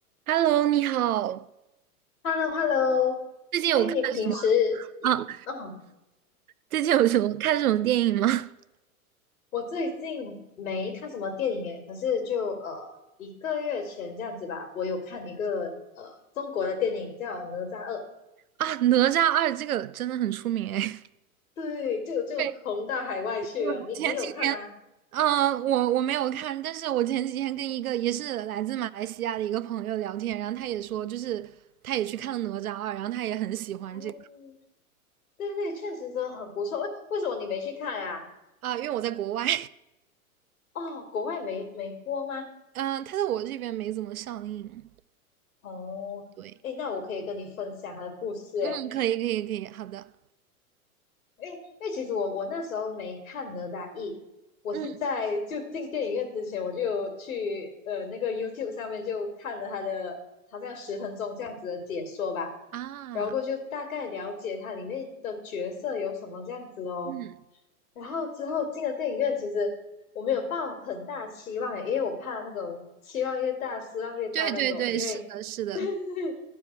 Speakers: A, on the right; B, on the left.
A: Hello，你好，
B: h e l l o h e l l o
A: 最近有看什么
B: 哎，你平时，
A: 啊？
B: 嗯，
A: 最近有什么看什么电影吗？<laughs>
B: 我最近没看什么电影诶，可是就呃一个月前这样子吧，我有看一个呃中国的电影叫《哪吒二》，
A: 啊，《哪吒二》这个真的很出名哎。<laughs>
B: 对，就就红到海外去了。
A: 对，我前几天，
B: 你你有看吗？
A: 嗯、我我没有看，但是我前几天跟一个也是来自马来西亚的一个朋友聊天，然后他也说，就是他也去看了《哪吒二》，然后他也很喜欢这个
B: 哦，对对，确实真的很不错。为为什么你没去看啊？
A: 啊，因为我在国外，
B: 哦，国外没没播吗？
A: <laughs> 嗯、他在我这边没怎么上映。
B: 哦，
A: 对，
B: 哎，那我可以跟你分享他的故事诶。
A: 嗯，可以，可以，可以，好的，
B: 因为因为其实我我那时候没看哪吒一，我是在就进电影院之前，
A: 嗯
B: 我就有去呃那个 YouTube 上面就看了他的好像十分钟这样子的解说吧，
A: 啊，
B: 然后过后就大概了解它里面的角色有什么这样子哦。
A: 嗯，
B: 然后之后进了电影院，其实我没有抱很大期望诶，因为我怕那种期望越大失望越大那种，
A: 对对对，
B: 因为
A: 是的，是的。
B: <laughs> 对对对，